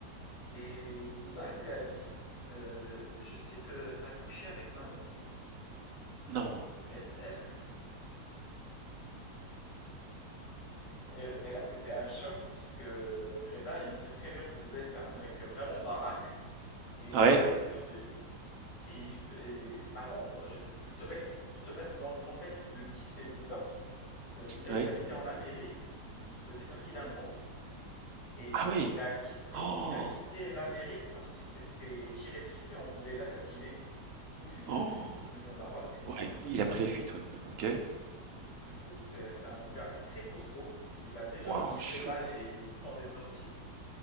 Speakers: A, on the left; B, on the right.
A: Et Bouddha lui a dit, Euh, je sais que t'as couché avec ma meuf.
B: non!
A: Et- <laughs> Et, et là, c'était un choc puisque Reda, il sait très bien que Bouddha, c'est un mec vraiment baraque. Et
B: Ah ouais?
A: il fait. Et, il fait- et avant, je- pour te, mex- pour te mettre dans le contexte de qui c'est Bouddha, euh, Bouddha,
B: Oui?
A: il habitait en Amérique, il faisait partie d'un gang, et
B: Ah oui!
A: il a quitté,
B: Oh!
A: il a quitté l'Amérique parce qu'il s'est fait tirer dessus et on voulait l'assassiner. Du coup, il est venu,
B: Oh!
A: il est venu au Maroc.
B: Ouais, il a pris la fuite, ouais. OK.
A: Du, du coup, c'est, c'est un gars très costaud, il a déjà
B: Waouh,
A: reçu
B: chaud!
A: des balles et il s'en est sorti.